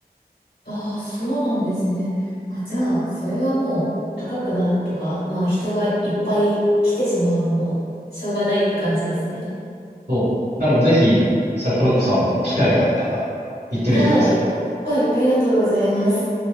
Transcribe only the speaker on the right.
そう。なんかぜひ、桜子さんも機会があったら行ってみてください。